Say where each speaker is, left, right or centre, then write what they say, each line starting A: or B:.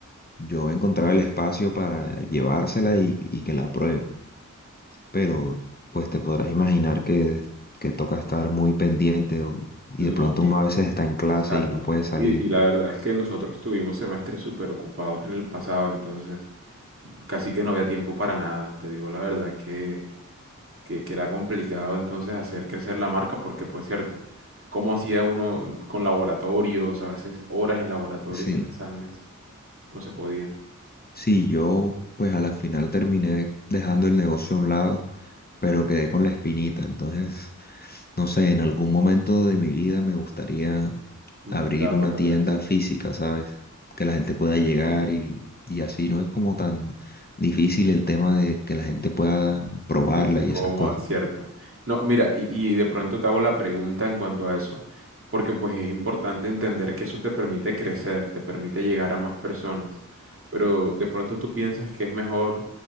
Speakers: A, on the left; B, on the right.
A: yo encontraba el espacio para llevársela y, y que la pruebe. Pero pues te podrás imaginar que, que toca estar muy pendiente o- y
B: No,
A: de pronto
B: y,
A: uno a veces está en clase
B: Exacto.
A: y no puede salir.
B: Y, y la verdad es que nosotros tuvimos semestres súper ocupados en el pasado, entonces casi que no había tiempo para nada. Te digo la verdad que, que, que era complicado entonces hacer crecer la marca porque, pues cierto, cómo hacía uno con laboratorios, a veces horas en laboratorios
A: Sí,
B: y en exámenes, no se podía
A: sí, yo pues a la final terminé dejando el negocio a un lado pero quedé con la espinita. Entonces, no sé, en algún momento de mi vida me gustaría
B: intentarlo
A: abrir una
B: otra
A: tienda
B: vez.
A: física, ¿sabes? Que la gente pueda llegar y, y así no es como tan difícil el tema de que la gente pueda probarla
B: Sentirse
A: y
B: cómoda,
A: esas cosas.
B: cierto. No, mira, y, y de pronto te hago la pregunta en cuanto a eso, porque pues es importante entender que eso te permite crecer, te permite llegar a más personas, pero de pronto tú piensas que es mejor